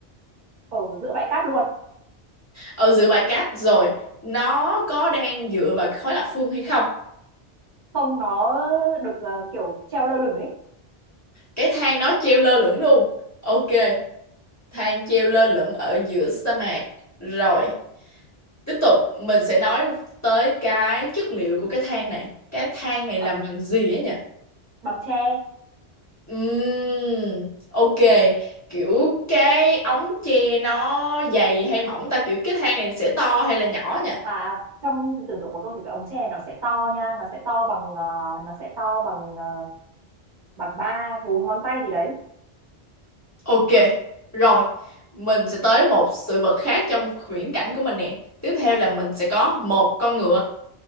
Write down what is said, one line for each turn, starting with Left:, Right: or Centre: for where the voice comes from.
Right: Ở giữa bãi cát luôn.
Left: ở giữa bãi cát rồi nó có đang dựa vào khối lập phương hay không
Right: không nó được ờ, kiểu treo lơ lửng ấy
Left: cái thang nó treo lơ lửng luôn ok thang treo lơ lửng ở giữa sa mạc rồi tiếp tục mình sẽ nói tới cái chất liệu của cái thang này cái thang này
Right: bằng,
Left: làm bằng gì ấy nhỉ
Right: bằng tre
Left: Ừm, ok kiểu cái ống tre nó dày hay mỏng ta kiểu cái thang này sẽ to hay là nhỏ nhỉ
Right: à trong sự tưởng tượng của tôi thì cái ống tre nó sẽ to nha nó sẽ to bằng ờ, nó sẽ to bằng ờ, bằng ba bốn ngón tay gì đấy
Left: Ok, rồi mình sẽ tới một sự vật khác trong viễn cảnh của mình nè. Tiếp theo là mình sẽ có một con ngựa.